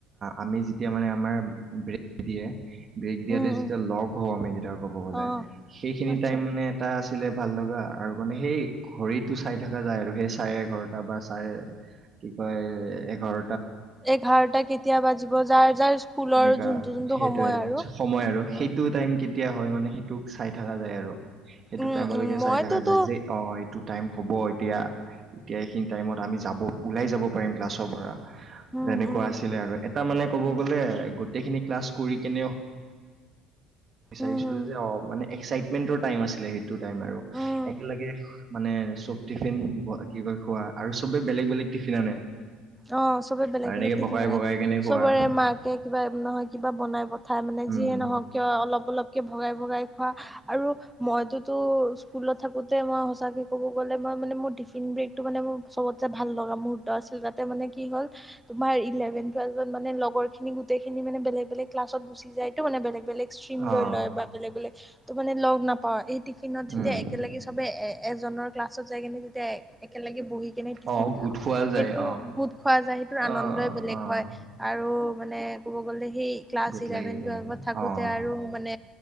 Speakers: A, on the right; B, in the centre.
A: আমি যেতিয়া মানে আমাৰ ব্ৰেইন দিয়ে ব্ৰেক দিয়াতে
B: উম উম
A: যেতিয়া লগ হম কব গলে
B: অ
A: সেইখিনি
B: আচ্ছা
A: টাইম মানে এটা। ছিলে ভাল লগা আৰু মানে সেই ঘড়ীতটো চাই থকা যায় আৰু সেই চাৰে এঘাৰটা বা চাৰে কি কয় এঘাৰ।
B: এঘাৰটা কেতিয়া বাজিব যাৰ যাৰ স্কুলৰ
A: এনেকা
B: যোনটো যোনটো
A: সেইটোয়ে
B: সময় আৰু।
A: সময় আৰু
B: উম
A: সেইটো টাইম কেতিয়া হয় মানে সেইটোোক চাই থকা যায় আৰু সেইটো
B: উম
A: টাইমলৈকে
B: উম
A: চাই
B: মইতোতো
A: থকা যায় যে অ এইটো টাইম হ'ব। এতিয়া এতিয়া এইখিনি টাইমত আমি যাব ওলাই যাব পাৰিম ক্লাছৰ পৰা।
B: উম
A: যেনেকুৱা
B: উম
A: আছিলে আৰু এটা মানে কব
B: উম
A: গ'লে গোটেইখিনি। ক্লাছ কৰি কেনেও, বিচাৰিছিলো
B: উম উম
A: যে, অ মানে এক্- টাইম আছিলে সেইটো টাইম আৰু
B: উম
A: একেলগে মানে চব টিফিন কিবা খোৱা আৰু চবে বেলেগ বেলেগ টিফিন আনে।
B: অ চবে বেলেগ
A: আৰু এনেকে
B: বেলেগ টিফিন
A: ভগাই
B: আনে
A: ভগাই কেনে খোৱা
B: চবৰে মাকে কিবা নহয়। কিবা বনাই পঠাই মানে
A: উম
B: যিয়ে নহওক কিয় অলপ অলপকে। ভগাই ভগাই খোৱা আৰু মইতোতো স্কুলত থাকোতে মই সচাকে ক'ব গ'লে মই মানে মোৰ টিফিন ব্ৰেকটো মানে মোৰ চবত ভাল লগা মুহুৰৰ্ত আছিল ত। মানে কি হল তোমাৰ ইল্লেভেন ক্লাছৰ, খিনি গোটেই খিনিানেলেগ বেলেগ ক্লাছ গুচি যায়তো বেলেগ বেলেগ ষ্ট্ৰীম
A: অ
B: লৈ লয় বা বেলেগ -বেলেগ, তো মানে লগ নাপাও এই, টিফিনত
A: উম
B: যেতিয়া একেলগে চবে এ! এজনৰ, ক্লাছত যাই কেনে যেতিয়া একেলগে বহি কেনে টিফিন
A: অ
B: খাওঁ
A: গোট খোৱা
B: সেইটো।
A: যায় অ
B: খোৱা জাই সেইটো আনন্দই
A: অ',
B: বেলেগ
A: অ',
B: হৈ আৰু মানে কব গলে সেই ক্লাছ
A: গোট
B: ইলেভেন
A: লাগি কেনে
B: টোৱেলভ ত থাকোঁতে
A: অ',
B: আৰু মানে